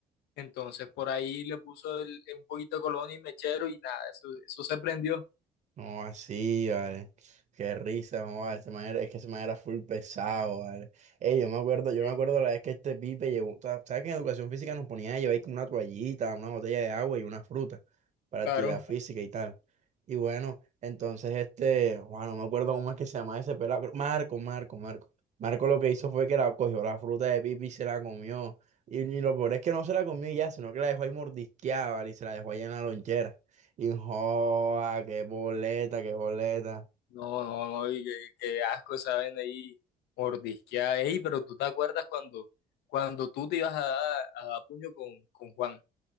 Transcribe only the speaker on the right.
No, así, vale. Qué risa, no, vale. Ese man era- es que ese man era full pesado, vale. Ey, yo me acuerdo, yo
me acuerdo la vez que este pipe llevó, sa- ¿sabes que en educación física nos ponían a llevar ahí como una toallita, una botella de agua y una fruta para
actividad Claro. física y tal? Y bueno, entonces este, bueno, no me acuerdo cómo es que se llama ese pelado, creo- Marco, Marco, Marco. Marco lo que hizo fue que la cogió la fruta de pipe y se la comió. Y, y lo peor es que no se la comió y ya, sino que la dejó ahí mordisqueada, ¿vale? Y se la dejó ahí en la lonchera. Y joa, qué boleta, qué boleta.